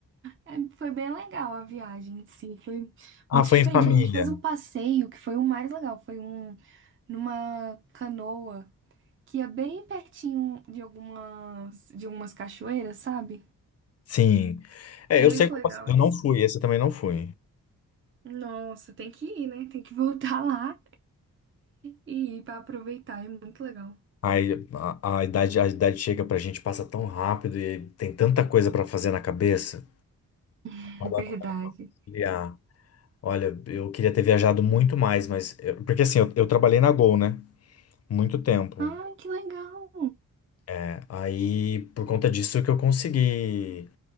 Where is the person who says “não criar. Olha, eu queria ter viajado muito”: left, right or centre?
Left